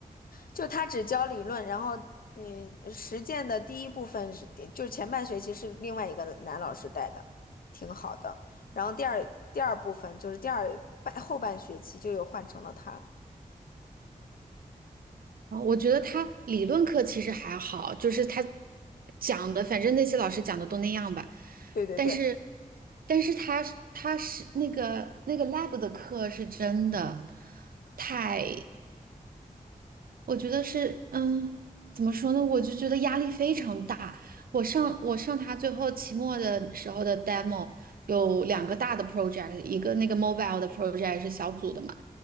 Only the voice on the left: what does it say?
就他只教理论，然后嗯，实践的第一部分是，就是前半学期是另外一个男老师带的，挺好的。然后第二第二部分就是第二半后半学期就又换成了他。
对对对。